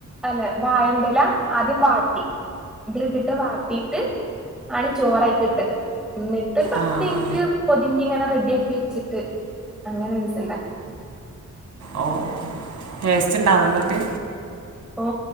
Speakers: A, in the centre; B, on the right.
A: അല്ലെ വായെന്റെല ആദ്യം വാട്ടി. ഇതിലിട്ടിട്ട് വാട്ടിയിട്ട് ആണ് ചോറയിക്ക് ഇട്ടത്. എന്നിട്ടോരു പത്ത്
B: ആ
A: മിനിറ്റ് പൊതിഞ്ഞ് ഇങ്ങനെ റെഡി ആക്കി വെച്ചിട്ട് അങ്ങനെരൂസം ഉണ്ടാക്കി.
B: ഓ ടേസ്റ്റ് ഇണ്ടാ നന്നാട്ട്.
A: ഓ